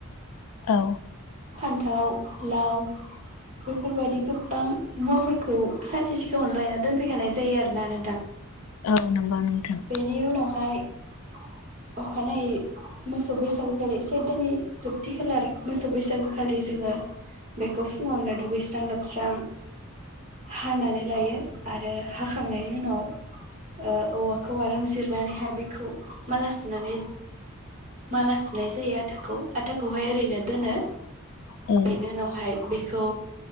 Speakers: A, on the left; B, on the right.
A: औ
B: फान्थाव, लाव बेफोरबायदि गोबां मुवाफोरखौ सानसे सिगाङावनो लायना दोनफैखानाय जायो आरोना नोंथां।
A: औ नोंगौ नोंथां।
B: बेनि <inaudible> अखानायै मोसौ बैसागु खालि सैत दाननि जोबथि खालार मोसौ बैसागु दागो खालि जोङो बेखौ फुङावनो दुगै स्रां लोबस्रां हानानै लायो आरो हाखांनायनि उनाव ओ औवाखौ जिरनानैहाय बेखौ माला सुनानै माला सुनाय जायो आथाखौ आथाखौहाय ओरैनो दोनो।
A: औ
B: बेनि उनावहाय बे खौ